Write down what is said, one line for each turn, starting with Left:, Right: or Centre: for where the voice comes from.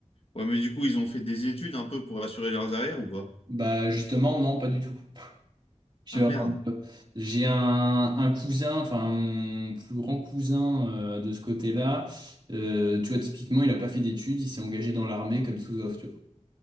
Left: Ouais, mais du coup, ils ont fait des études un peu pour assurer leurs arrières ou pas?
Right: Bah justement, non, pas du tout. Genre,
Left: Ah merde.
Right: euh, j'ai un, un cousin, enfin mon plus grand cousin euh, de ce côté-là, euh, tu vois, typiquement, il a pas fait d'études, il s'est engagé dans l'armée comme sous-off, tu vois.